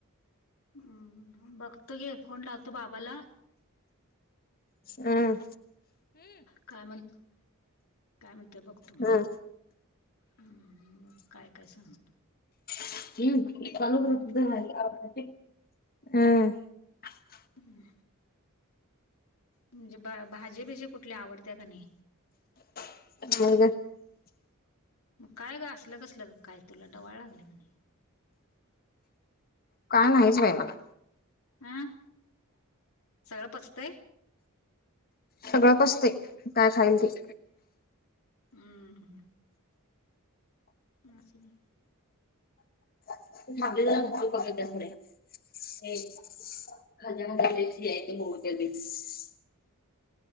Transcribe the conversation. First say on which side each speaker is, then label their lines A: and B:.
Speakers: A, on the left; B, on the left.
A: हम्म बघतो घे फोन लावतो बाबाला.
B: अं.
A: काय म्हणतो? काय म्हणत ते बघतो.
B: हम्म
A: हं, मग काय काय सांगतो.
B: हं.
A: हम्म हं म्हणजे बा भाजीबिजी कुठली आवडते का नाही?
B: <unintelligible>
A: मग काय ग असलं कसलं ग काय? तुला डवाळ लागली म्हणे.
B: काय नाहीच बाई मला.
A: अं? सगळं पचतंय?
B: सगळं पचते काय खाईल ते.
A: अं हं. <unintelligible>
B: <unintelligible> <unintelligible>